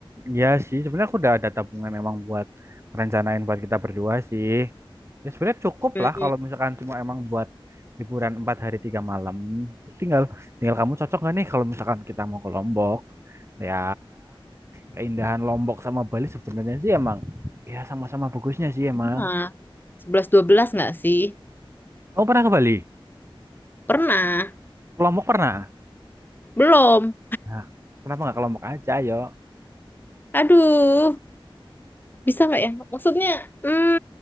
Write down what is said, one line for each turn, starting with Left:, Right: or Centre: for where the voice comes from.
Right: ya sih. Sebenarnya aku udah ada tabungan emang buat rencanain buat kita berdua sih. Ya sebenarnya cukup
Left: Hmm,
Right: lah kalau misalkan cuma emang buat liburan empat hari tiga malam. Tinggal tinggal kamu cocok gak nih kalau misalkan kita mau ke Lombok? Ya, keindahan Lombok sama Bali sebenarnya sih emang ya sama-sama bagusnya sih emang.
Left: pernah. sebelas dua belas nggak sih?
Right: Kamu pernah ke Bali?
Left: Pernah.
Right: Ke Lombok pernah?
Left: Belum.
Right: Nah, kenapa nggak ke Lombok aja, yo?
Left: Aduh. Bisa nggak ya? Maksudnya, hmm,